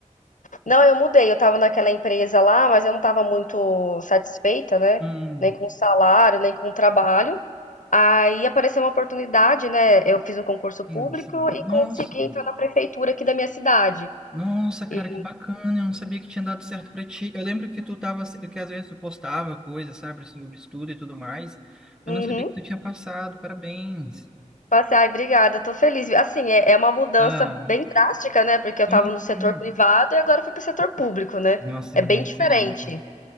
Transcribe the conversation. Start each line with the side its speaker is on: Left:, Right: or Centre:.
Left: Não, eu mudei. Eu tava naquela empresa lá, mas eu não tava muito satisfeita, né?
Centre: Hum,
Left: Nem com o salário, nem com o trabalho. Aí apareceu uma oportunidade, né? Eu fiz um concurso
Centre: sim,
Left: público
Centre: sim.
Left: e
Centre: Nossa.
Left: consegui entrar na prefeitura aqui da minha cidade.
Centre: Nossa, cara,
Left: E,
Centre: que bacana. Eu não sabia que tinha dado certo pra ti. Eu lembro que tu tava, que às vezes tu postava coisas, sabe, sobre estudo e tudo mais. Eu
Left: Uhum.
Centre: não sabia que tu tinha passado. Parabéns.
Left: Passei, ai, obrigada, eu tô feliz. Assim, é, é uma mudança
Centre: Ah,
Left: bem drástica, né? Porque eu
Centre: sim,
Left: tava no setor
Centre: sim.
Left: privado e agora fui pro setor público, né?
Centre: Nossa, tem
Left: É
Centre: uma
Left: bem
Centre: grande
Left: diferente.
Centre: diferença.